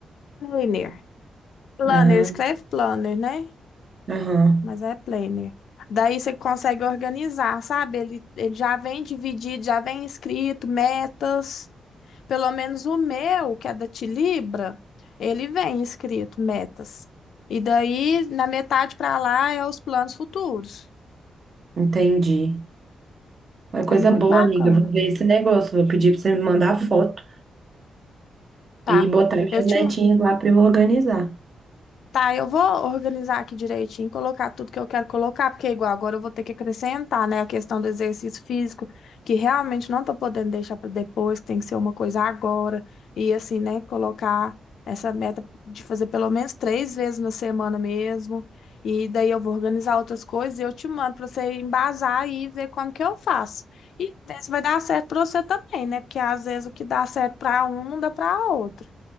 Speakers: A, on the left; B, on the right.
A: Planner. Planner,
B: Ah,
A: escreve planner, né?
B: aham.
A: Mas é planner. Daí você consegue organizar, sabe? Ele, ele já vem dividido, já vem escrito, metas. Pelo menos o meu, que é da Tilibra, ele vem escrito, metas. E daí, na metade para lá, é os planos futuros.
B: Entendi. Uma coisa
A: É muito
B: boa,
A: bacana.
B: amiga. Eu Vou ver esse negócio. Vou pedir pra você me mandar a foto
A: Tá.
B: e botar minhas
A: Eu te,
B: metinhas
A: ma-
B: lá pra eu organizar.
A: Tá, eu vou organizar aqui direitinho, colocar tudo que eu quero colocar, porque igual agora eu vou ter que acrescentar, né, a questão do exercício físico, que realmente não tô podendo deixar para depois, que tem que ser uma coisa agora. E assim, né, colocar essa meta de fazer pelo menos três vezes na semana mesmo. E daí eu vou organizar outras coisas e eu te mando para você embasar aí e ver como que eu faço. E ver se vai dar certo para você também, né? Porque às vezes o que dá certo para um não dá para outro.